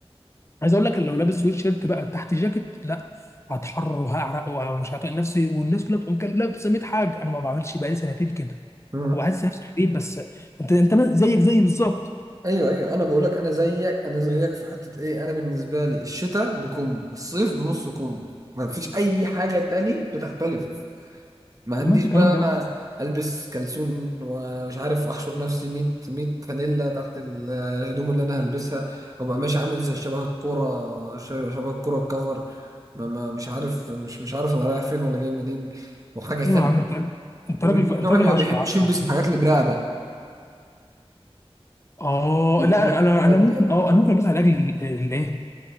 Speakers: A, on the left; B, on the right.
A: عايز اقول لك إن لو لابس سويت شيرت بقى تحت جاكيت لا هتحرر وهعرق ومش هطيق نفسي والناس كلها بتقوم كده لابسه 100 حاجه انا ما بعملش بقالي سنتين كده
B: مم.
A: وبحس نفسي غريب بس انت انت ما- زيك زيي بالظبط
B: ايوه ايوه انا بقول لك انا زيك انا زيك في حته ايه انا بالنسبه لي الشتاء بكم الصيف بنص كم ما فيش اي حاجه تاني بتختلف ما
A: طب
B: عنديش
A: ما انت
B: بقى
A: كلام جميل
B: البس كلسون ومش عارف احشر نفسي 100 100 فانيلا تحت ال- الهدوم اللي انا هلبسها وابقى ماشي عامل زي شبه الكوره ش- شبه الكوره الكفر ما ما مش عارف مش مش عارف انا رايح فين ولا جاي منين وحاجه خانقه
A: ايوه يا عم انت راجل انت
B: ومن
A: راجل
B: النوع
A: انت راجل
B: اللي ما
A: 10
B: بيحبش
A: 10
B: يلبس الحاجات اللي برقبه
A: اه
B: البر-
A: لا انا انا ممكن اه
B: دي
A: انا ممكن البسها لاجل ال- ال- ايه